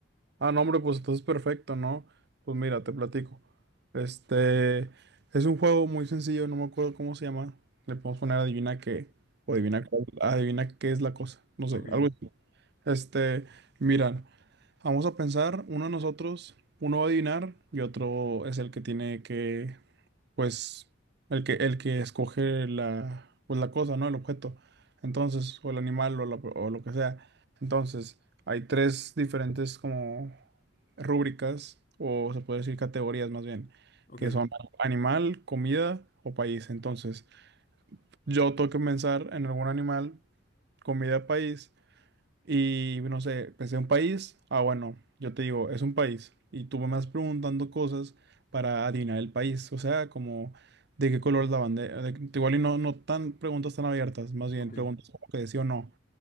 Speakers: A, on the right (about 55°); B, on the left (about 40°).
A: Ah, no, hombre, pues entonces perfecto, ¿no? Pues mira, te platico. Este es un juego muy sencillo, no me acuerdo cómo se llama. Le podemos poner adivina qué, o adivina cuál, adivina qué es la cosa, no sé,
B: Ok,
A: algo así. Este, mira, vamos a pensar, uno de nosotros, uno va a adivinar y otro es el que tiene que pues el que, el que escoge la, pues la cosa, ¿no? El objeto. Entonces, o el animal o, la- o lo que sea. Entonces, hay tres diferentes como rúbricas, o se puede decir categorías más bien,
B: ok,
A: que son animal, comida o país. Entonces, yo tengo que pensar en algún animal, comida, país. Y no sé, pensé un país. Ah, bueno, yo te digo, es un país. Y tú me vas preguntando cosas para adivinar el país. O sea, como de qué color es la bandera. de- igual y no, no tan preguntas tan abiertas, más bien
B: ok.
A: preguntas como que de sí o no.